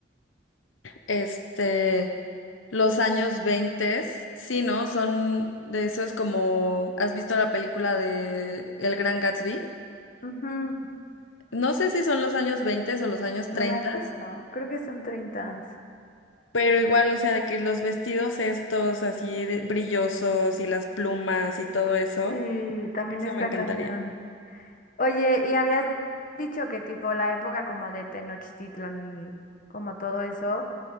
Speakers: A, on the left; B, on the left.
A: este, los años veinte Sí, ¿no? Son de eso es como, ¿has visto la película de El Gran Gatsby?
B: Ujú,
A: No sé si son los años 20 o los años
B: No
A: treinta
B: me acuerdo. Creo que son treinta
A: pero igual, o sea, de que los vestidos estos así de- brillosos y las plumas y todo eso,
B: Sí, también
A: eso
B: está
A: me encantaría.
B: cañón. Oye, y habías dicho que tipo la época como de Tenochtitlan y como todo eso,